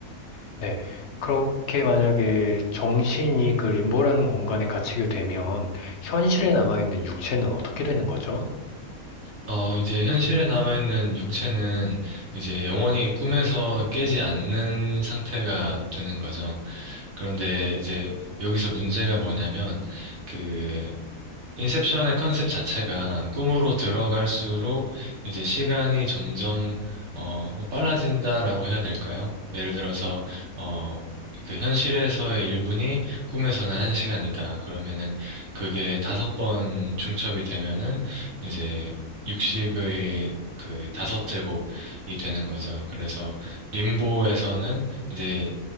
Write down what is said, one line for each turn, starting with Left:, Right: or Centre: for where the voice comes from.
Left: 네. 그렇게 만약에 정신이 그 림보라는 공간에 갇히게 되면 현실에 남아있는 육체는 어떻게 되는 거죠?
Right: 어, 이제 현실에 남아있는 육체는 이제 영원히 꿈에서 깨지 않는 상태가 되는 거죠. 그런데 이제 여기서 문제가 뭐냐면 그 인셉션의 컨셉 자체가 꿈으로 들어갈수록 이제 시간이 점점 어 뭐 빨라진다라고 해야 될까요? 예를 들어서 어 그 현실에서의 1분이 꿈에서는 1시간이다. 그러면은 그게 다섯 번 중첩이 되면은 이제 60의 그 다섯 제곱이 되는 거죠. 그래서 림보에서는 이제